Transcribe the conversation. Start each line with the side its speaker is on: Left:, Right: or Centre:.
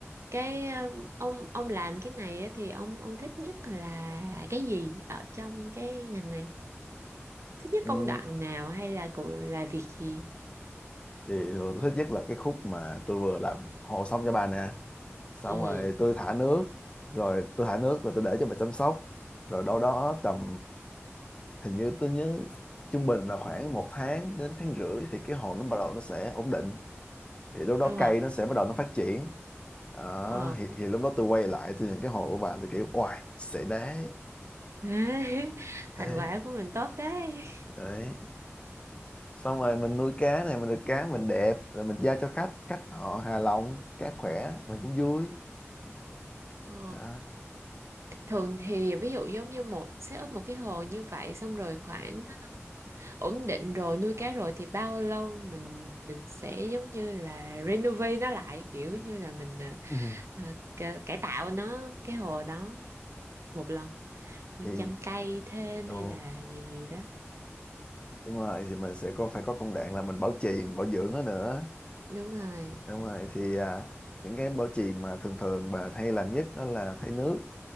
Right: cái um, ông ông làm cái này á thì ông ông thích nhất là cái gì ở trong cái ngành này thích nhất
Left: <laughs> ừ.
Right: công đoạn nào hay là cụ là việc gì
Left: thì tôi thích nhất là cái khúc mà tôi vừa làm hồ xong cho bà nè xong
Right: ừ
Left: rồi tôi thả nước rồi tôi thả nước và tôi để cho bà chăm sóc rồi đâu đó tầm hình như tôi nhớ trung bình là khoảng một tháng đến tháng rưỡi thì cái hồ nó bắt đầu nó sẽ ổn định thì lúc đó
Right: ờ
Left: cây nó sẽ bắt đầu nó phát triển đó,
Right: ờ
Left: thì, thì lúc đó tôi quay lại tôi nhìn cái hồ của bạn tôi kiểu oài xệ đá
Right: <laughs> thành
Left: đấy,
Right: quả của mình tốt đấy
Left: đấy xong rồi mình nuôi cá này mình được cá mình đẹp rồi mình giao cho khách khách họ hài lòng cá khỏe mình cũng vui
Right: ờ.
Left: đó
Right: thường thì ví dụ giống như một set up một cái hồ như vậy xong rồi khoảng ổn định rồi nuôi cá rồi thì bao lâu mình mình sẽ giống như là renovate nó lại kiểu như là mình à,
Left: Ừ.
Right: à, cải, cải tạo nó cái hồ đó một lần như
Left: thì
Right: chăm cây thêm
Left: ừ,
Right: hay là gì gì đó
Left: đúng rồi thì mình sẽ có phải có công đoạn là mình bảo trì mình bảo dưỡng nó nữa
Right: đúng rồi
Left: đúng rồi thì à, những cái bảo trì mà thường thường bà hay làm nhất đó là thay nước